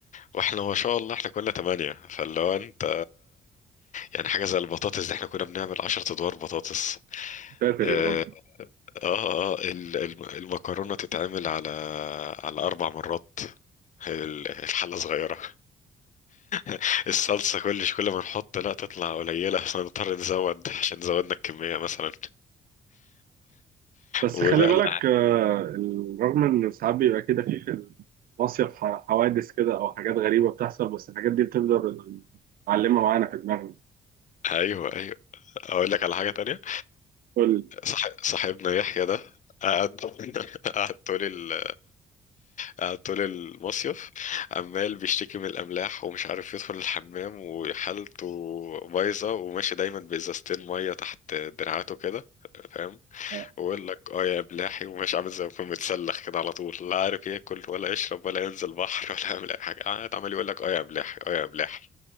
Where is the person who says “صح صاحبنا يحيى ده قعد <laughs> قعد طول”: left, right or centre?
Left